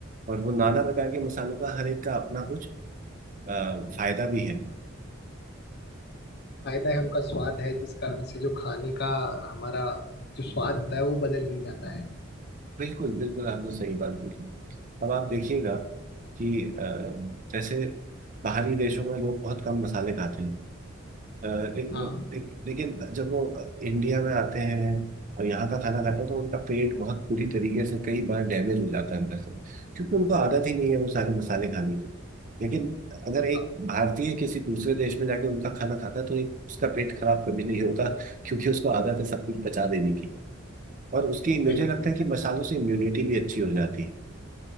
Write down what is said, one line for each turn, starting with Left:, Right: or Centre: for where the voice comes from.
Right: और वो नाना प्रकार के मसालों का हर एक का अपना कुछ अ, फायदा भी है
Left: फायदा है उनका स्वाद है जिस कारण से जो खाने का हमारा जो स्वाद होता है वो बदल ही जाता है
Right: बिल्कुल बिल्कुल आपने सही बात बोली अब आप देखिएगा कि अ, जैसे बाहरी देशों में लोग बहुत कम मसाले खाते हैं अ, ले-
Left: हाँ
Right: ले- लेकिन जब वो इंडिया में आते हैं और यहाँ का खाना खाते हैं तो उनका पेट बहुत बुरी तरीके से कई बार डैमेज हो जाता है अंदर से क्योंकि उनको आदत ही नहीं है वो सारे मसाले खाने की लेकिन अगर एक
Left: हाँ
Right: भारतीय किसी दूसरे देश में जाके उनका खाना खाता है तो एक उसका पेट खराब कभी नहीं होता क्योंकि उसको आदत है सब कुछ पचा देने की और उसकी मुझे
Left: वही
Right: लगता है कि मसालों से इम्यूनिटी भी अच्छी हो जाती है